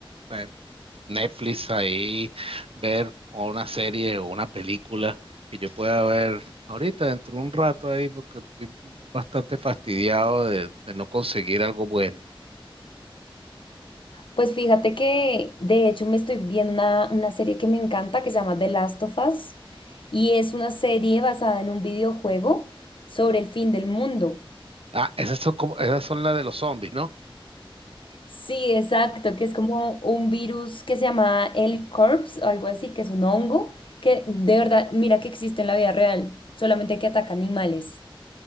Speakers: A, on the right; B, on the left.
A: eh, Netflix ahí ver o una serie o una película que yo pueda ver ahorita dentro de un rato ahí porque estoy bastante fastidiado de de no conseguir algo bueno?
B: Pues fíjate que de hecho me estoy viendo una, una serie que me encanta que se llama The Last of Us y es una serie basada en un videojuego sobre el fin del mundo.
A: Ah, esas son como, esas son las de los zombies, ¿no?
B: Sí, exacto, que es como un virus que se llama el Corpse o algo así, que es un hongo que de verdad, mira que existe en la vida real, solamente que ataca animales.